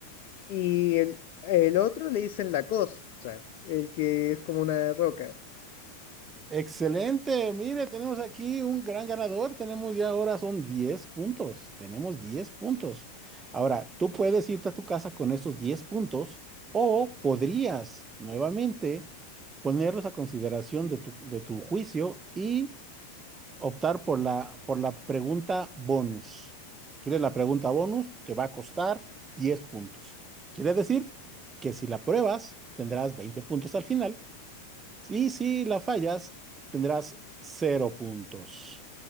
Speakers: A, on the left; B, on the right.
A: y el, el otro le dicen la cosa, el que es como una roca.
B: Excelente, mire, tenemos aquí un gran ganador, tenemos ya ahora son 10 puntos, tenemos 10 puntos. Ahora, tú puedes irte a tu casa con estos 10 puntos o podrías nuevamente ponerlos a consideración de tu, de tu juicio y optar por la, por la pregunta bonus. ¿Quieres la pregunta bonus? Te va a costar 10 puntos. Quiere decir que si la pruebas, tendrás 20 puntos al final. Y si la fallas, tendrás cero puntos.